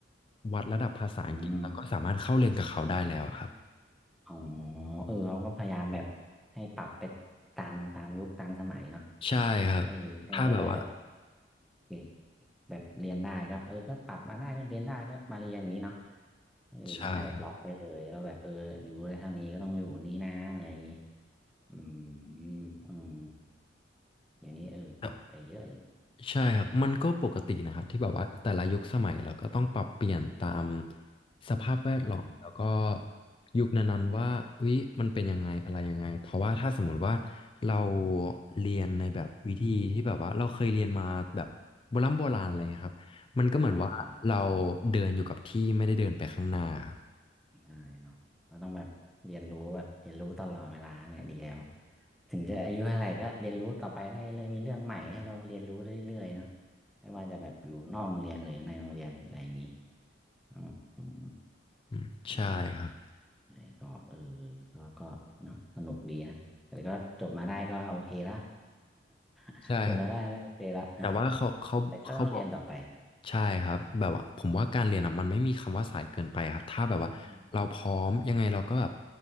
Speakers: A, on the left; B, in the centre.
A: วัดระดับภาษาอังกฤษเราก็สามารถเข้าเรียนกับเขาได้แล้วครับ
B: อืม อ๋อเออเขาก็พยายามแบบให้ปรับไปตามตามยุคตามสมัยเนาะ
A: ใช่ครับถ้าแบบว่า
B: เออให้มันจะได้แบบเด็กแบบเรียนได้ก็เออก็ปรับมาได้ก็เรียนได้ก็มาเรียนอย่างนี้เนาะเออไม่ใช่แบบล็อกไปเลยว่าแบบเอออยู่ได้เท่านี้ก็ต้องอยู่นี้นะอะไรอย่างนี้
A: ใช่ค
B: อืมอืมอย่างนี้เออปรับไปเยอะเลย
A: รับ ใช่ครับ มันก็ปกตินะครับที่แบบว่าแต่ละยุคสมัยเราก็ต้องปรับเปลี่ยนตามสภาพแวดล้อมแล้วก็
B: ใช่
A: ยุคนั้นๆว่าเฮ้ยมันเป็นยังไงอะไรยังไงเพราะว่าถ้าสมมติว่าเราเรียนในแบบวิธีที่แบบว่าเราเคยเรียนมาแบบโบราณโบราณอะไรเงี้ยครับมันก็เหมือนว่าเรา
B: ใช่ใช่
A: เดินอยู่กับที่ไม่ได้เดินไปข้างหน้าครับ
B: ด้เนาะเราต้องแบบเรียนรู้แบบเรียนรู้ตลอดเวลาเนี่ยดีแล้ว ถึงจะอายุเท่าไหร่ก็เรียนรู้ต่อไปได้เลยมีเรื่องใหม่ให้เราเรียนรู้เรื่อยๆเนาะไม่ว่าจะแบบอยู่นอกโรงเรียนหรือในโรงเรียนอะไรอย่างนี้อืมอืม
A: อืมใช่ครับ
B: อืมไหนก็เออก็ก็เนาะสนุกดีนะแต่ก็จบมาได้ก็โอเคละ <laughs>
A: ใช่ครับ
B: จบมาได้แล้วโอเคละ <laughs>
A: แต่ว่าเขาเขาเขาบอก
B: แต่ก็ต้องเรียนต่อไป
A: ใช่ครับแบบว่าผมว่าการเรียนอ่ะมันไม่มีคำว่าสายเกินไปครับถ้าแบบว่าเราพร้อมยังไงเราก็แบบ
B: อืม